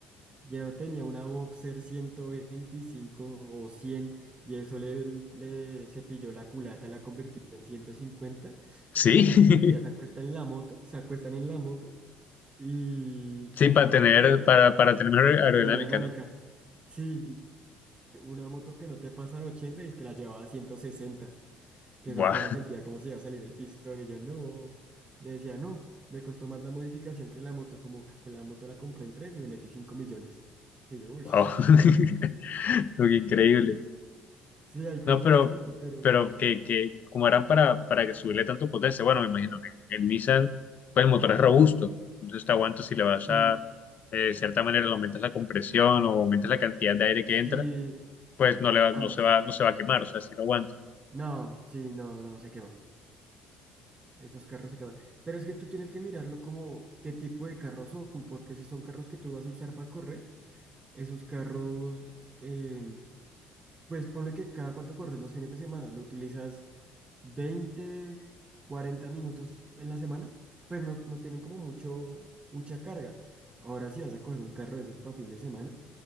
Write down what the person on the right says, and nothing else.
Yo tenía una Boxer 125 o cien y eso le, le cepilló la culata, la convirtió en ciento cincuenta
Y esa gente que ya
se acuesta en la moto, se acuestan en la moto y,
y
no,
que
la aerodinámica.
Sí, una moto que no te pasa de 80 y es que la llevaba a ciento sesenta que eso
apenas sentía como se iba a salir el pistón y yo no, me decía no, me costó más la modificación que la moto, como que la moto la compré en tres y le metí cinco millones. Y yo, uy,
<laughs>
sí, hay cosas
así, pero
mm,
sí,
ambas.
No, sí, no, no, se quema. Esos carros se queman. Pero es que tú tienes que mirarlo como qué tipo de carros son, porque si son carros que tú vas a usar para correr, esos carros em, Pues ponle que cada cuánto corres los fines de semana, lo utilizas 20, 40 minutos en la semana, pues no, no tienen como mucho, mucha carga. Ahora si vas a coger un carro de esos para fin de semana,